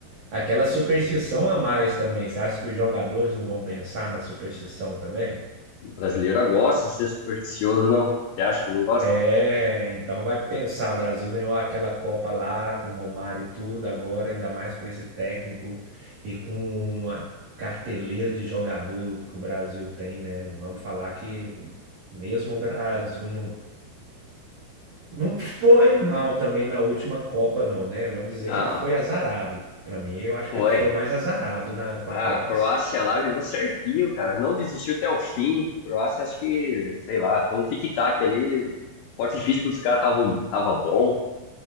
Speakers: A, on the right (about 85°); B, on the left (about 80°).
A: Aquela superstição a mais também. Você acha que os jogadores não vão pensar na superstição também?
B: O brasileiro gosta de ser supersticioso, não? Você acha que não gosta?
A: É, então vai pensar, o Brasil ganhou aquela Copa lá com o Romário e tudo, agora ainda mais com esse técnico e com uma carteleira de jogador que o Brasil tem, né? Vamos falar que mesmo o Brasil não, não foi mal também na última Copa, não, né? Vamos dizer
B: Não,
A: que ele foi azarado. Para mim, eu acho
B: foi.
A: que ele foi mais azarado na, com
B: Ah,
A: a Croácia.
B: A Croácia lá jogou certinho, cara. Não desistiu até o fim. A Croácia, acho que, sei lá, foi um tic-tac ali. O porte físico dos caras tava, tava bom.